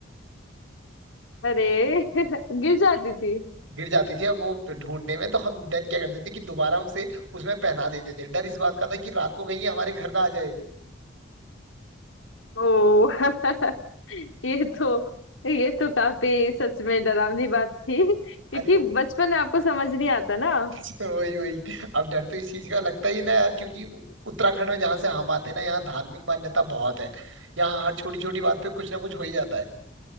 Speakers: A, on the left; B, on the right.
A: अरे <laughs> गिर जाती थी
B: गिर जाती थी अब वो प- ढूंढने में तो हम देन क्या करते थे कि दोबारा उसे उसमें पहना देते थे डर इस बात का था कि रात को कहीं ये हमारे घर ना आ जाए
A: ओ <laughs> ये तो ये तो काफी सच में डरावनी बात थी <laughs> क्योंकि
B: अरे वो
A: बचपन में आपको समझ नहीं आता ना
B: <laughs> वही वही अब डर तो इस चीज का लगता ही ना यार क्योंकि उत्तराखंड में जहाँ से हम आते हैं ना यहाँ धार्मिक मान्यता बहुत है यहाँ हर छोटी छोटी बात पे कुछ ना कुछ हो ही जाता है